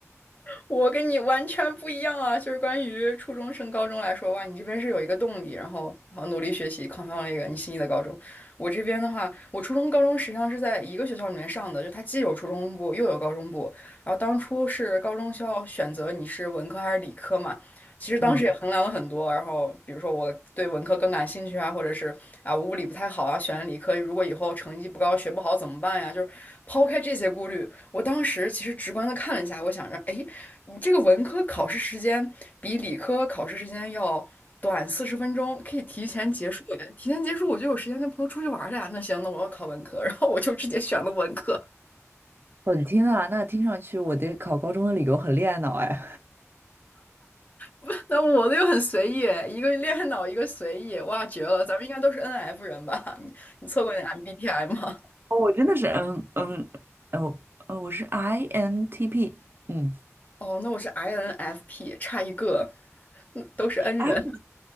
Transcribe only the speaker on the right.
嗯。
我的天呐，那听上去我对考高中的理由很恋爱脑哎，
<laughs> 哦我真的是嗯嗯哦哦，我是 INTP，嗯
，F